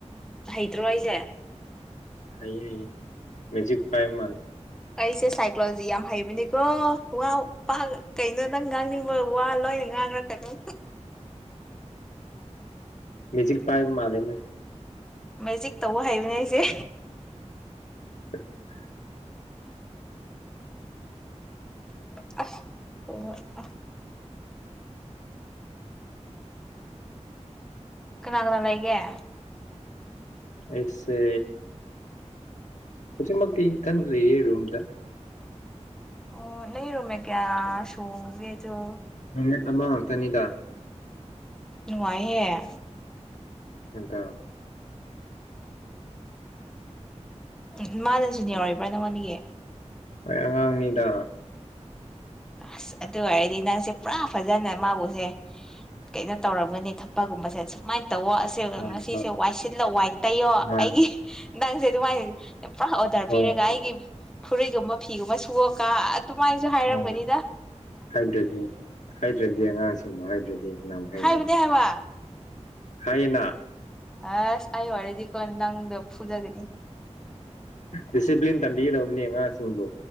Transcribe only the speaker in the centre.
ꯍꯩꯇ꯭ꯔꯣ
ꯑꯩꯁꯦ
ꯑꯩꯁꯦ ꯁꯥꯏꯀꯣꯂꯣꯖꯤ ꯌꯥꯝ ꯍꯩꯕꯅꯤꯀꯣ ꯋꯥꯎ ꯄꯥ ꯀꯩꯅꯣ ꯅꯪ ꯉꯥꯡꯅꯤꯡꯕ ꯋꯥ ꯂꯣꯏꯅ ꯉꯥꯡꯂꯛꯀꯅꯤ
ꯃꯩꯖꯤꯛ ꯇꯧꯕ ꯍꯥꯏꯕꯅꯦ ꯑꯩꯁꯦ
ꯑꯣ ꯀꯅꯥꯒꯅ ꯂꯩ ꯒꯦ
ꯑꯣ ꯅ ꯔꯨꯝꯃꯦꯠ ꯀꯌꯥ ꯁꯨꯒꯦ ꯑꯗꯨ
ꯅꯨꯡꯉꯥꯏꯍꯦ
ꯎꯝ ꯃꯥꯅ ꯖ꯭ꯌꯥꯔ ꯑꯣꯏꯕ꯭ꯔꯥ ꯅꯪꯉꯣꯟꯒꯤ
ꯑꯁ ꯑꯗꯨ ꯑꯣꯏꯔꯗꯤ ꯅꯪꯁꯦ ꯄꯨꯔꯥ ꯐꯖꯅ ꯃꯥꯎꯁꯦ ꯀꯩꯅꯣ ꯇꯧꯔꯝꯒꯅꯤ ꯊꯛꯄꯒꯨꯝꯕꯁꯦ ꯁꯨꯃꯥꯏꯟ ꯇꯧꯋꯣ ꯑꯁꯦꯡꯕ
ꯉꯁꯤꯁꯦ
ꯋꯥꯏ ꯁꯤꯜꯂ ꯋꯥꯏ ꯇꯩꯌꯣ
ꯑꯩꯒꯤ ꯅꯪꯁꯦ ꯗꯨꯃꯥꯏ ꯄꯨꯔꯥ ꯑꯣꯗꯔ
ꯄꯤꯔꯒ ꯑꯩꯒꯤ ꯐꯨꯔꯤꯠꯒꯨꯝꯕ ꯐꯤꯒꯨꯝꯕ ꯁꯨꯋꯀ ꯑꯗꯨꯃꯥꯏꯅꯖꯨ ꯍꯥꯏꯔꯝꯒꯅꯤ
ꯍꯥꯏꯕꯗꯤ ꯍꯥꯏꯕ
ꯑꯁ ꯑꯩ ꯑꯣꯏꯔꯗꯤꯀꯣ ꯅꯪꯗꯣ ꯐꯨꯗꯒꯅꯤ